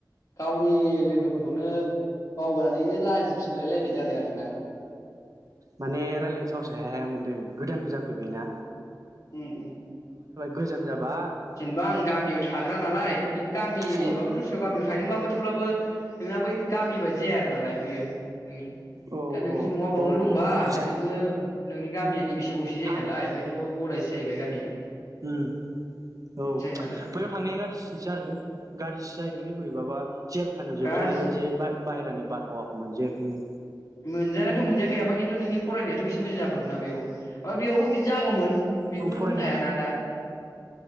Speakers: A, on the left (about 40°); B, on the right (about 50°).
A: गावनि लोगो। फोरखौनो बावगारनानैनो लाजिफिनलाय लायनाय जादों आरो ना।
B: माने रायलायनो सावस हाया हाया मोनदों गोदानबो जा फैबायना
A: उम उम
B: गोजाम जाबाय
A: जेनेबा आं गामियाव थाग्रा नालाय नों गामिनिबाबो
B: औ
A: दस्रायाव गामियाव थाहैदोंबाबो थेवब्लाबो नोंना बै गामि बाय दि जाया आरो नालाय बैयो उम नोंनि
B: औ
A: दा नोंनि न'आ बावनो
B: औ
A: दंबा
B: जाय
A: नोङो नोंनि गामिया नैबेसो असे जायो
B: हाब
A: नालाय बैथ' गरायसो जाहैबाय गामिया।
B: उम
A: बिदि
B: औ
A: जायो नालाय
B: बैयाव थांनाया गारजिनसो जादों बे गारजिसो जाहैदोंलै बोरैबाबा। जेल खानायाव
A: गाज्रि
B: जोबजानाय बायदि बा बाहेरानि बारहावाखौ मोनजायाखैनो।
A: मोनजानायाथ' मोनजायाखै ओमफ्राय खिन्थु नोंनि फरायनायाथ' एसे मोजां जाबोदों ना बैयाव ओमफ्राय बेयावबो बिदि जागौमोन बेखौथ
B: औ फरायनाया
A: बुंनो हायाना दा।